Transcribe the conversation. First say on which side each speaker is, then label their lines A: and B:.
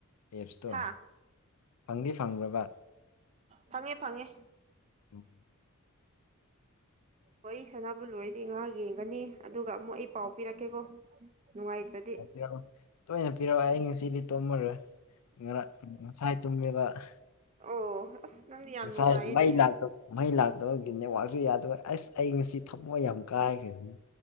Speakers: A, on the left; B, on the right.
A: ꯑꯦꯞꯁꯇꯣ
B: ꯍꯥ
A: ꯐꯪꯗꯤ ꯐꯪꯕ꯭ꯔꯕ
B: ꯐꯪꯉꯦ ꯐꯪꯉꯦ
A: ꯎꯝ
B: ꯋꯥꯔꯤ ꯁꯅꯕꯨ ꯂꯣꯏꯔꯗꯤ ꯉꯍꯥꯛ ꯌꯦꯡꯒꯅꯤ ꯑꯗꯨꯒ ꯑꯃꯨꯛ ꯑꯩ ꯄꯥꯎ ꯄꯤꯔꯛꯀꯦꯀꯣ ꯅꯨꯡꯉꯥꯏꯇ꯭ꯔꯗꯤ
A: ꯌꯥꯔꯣꯏ ꯇꯣꯏꯅ ꯄꯤꯔꯛꯑꯣ ꯑꯩ ꯉꯁꯤꯗꯤ ꯇꯣꯃꯔꯣꯏ ꯉꯔꯥꯡ ꯉꯁꯥꯏ ꯇꯨꯝꯃꯦꯕ ꯑꯍꯥ
B: ꯑꯣ ꯑꯁ ꯅꯪꯗꯤ ꯌꯥꯝ
A: ꯉꯁꯥꯏ
B: ꯅꯨꯡꯉꯥꯏꯌꯦꯅꯦ
A: ꯃꯩ ꯂꯥꯛꯇ ꯃꯩ ꯂꯥꯛꯇꯕꯒꯤ ꯅꯦꯠꯋꯥꯥꯛꯁꯨ ꯌꯥꯗꯕꯣꯏ ꯑꯁ ꯑꯩ ꯉꯁꯤ ꯊꯝꯃꯣꯏ ꯌꯥꯝ ꯀꯥꯏꯈ꯭ꯔꯕꯅꯤ